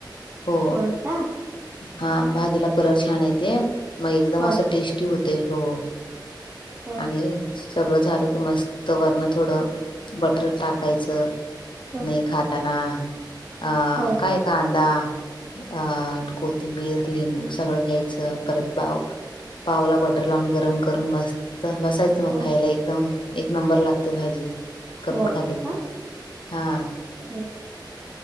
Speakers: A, on the left; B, on the right.
A: हो
B: होय का
A: हा भाजीला कलर छान येत ते मग एकदम
B: होय
A: असं टेस्टी होते हो
B: हो
A: आणि सगळं झालं की मस्त वरण थोडं बटर टाकायचं
B: होय का
A: न खाताना अं
B: होय
A: काय क कांदा अ को थिंबीर लिंबू सगळं घ्यायचं परत बाव पावला बटर लावून गरम करून मस्त बसायचं मग
B: होय
A: खायला एक एकदम एक नंबर लागते भाजी करून
B: होय
A: खालेची
B: होय होय होय का
A: हा
B: होय